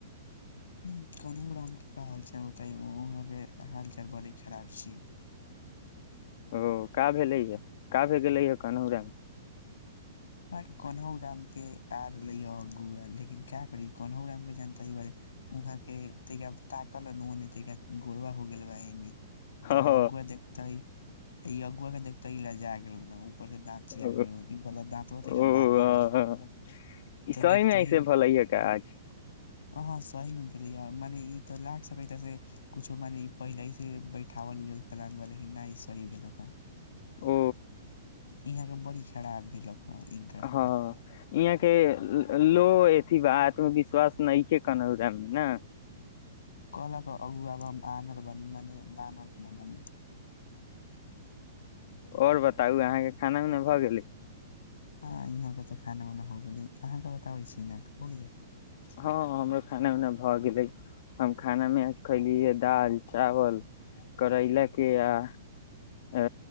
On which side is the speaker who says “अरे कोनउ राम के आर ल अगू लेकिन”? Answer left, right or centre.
Left